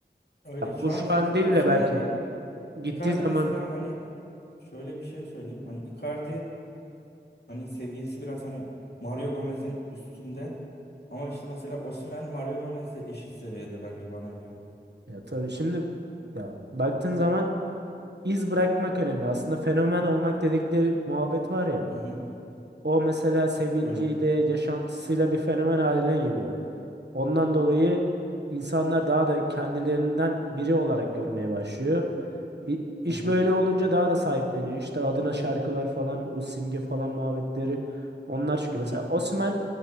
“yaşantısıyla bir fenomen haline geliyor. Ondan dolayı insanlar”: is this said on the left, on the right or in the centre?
Right